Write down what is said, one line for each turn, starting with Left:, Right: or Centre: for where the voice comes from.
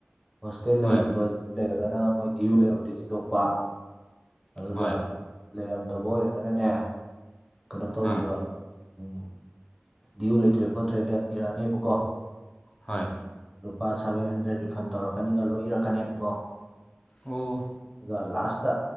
Centre: ꯍꯣꯁꯇꯦꯜ ꯂꯩꯔꯝꯕ
Left: ꯍꯣꯏ
Centre: ꯂꯩꯔꯒꯅ ꯃꯣꯏ ꯗ꯭ꯌꯨ ꯂꯩꯔꯝꯕꯗꯤ ꯊꯤꯗꯣꯛꯄ ꯑꯗꯨꯒ
Left: ꯍꯣꯏ
Centre: ꯂꯩꯔꯝꯗꯕ ꯑꯣꯏꯔꯒꯅꯅꯦ ꯀꯩꯅꯣ ꯇꯧꯗꯣꯏꯕ
Left: ꯑꯥ
Centre: ꯎꯝ ꯗꯤꯌꯨ ꯂꯩꯇ꯭ꯔꯦ ꯈꯣꯠꯇ꯭ꯔꯦꯗ ꯏꯔꯛꯑꯅꯦꯕ ꯀꯣ
Left: ꯍꯣꯏ
Centre: ꯂꯨꯄꯥ ꯁꯚꯦꯟ ꯍꯟꯗ꯭ꯔꯦꯗ ꯔꯤꯐꯟ ꯇꯧꯔꯛꯀꯅꯤꯒ ꯂꯣꯏ ꯏꯔꯛꯀꯅꯦꯕꯀꯣ
Left: ꯑꯣ
Centre: ꯑꯗꯨ ꯂꯥꯁꯥꯁ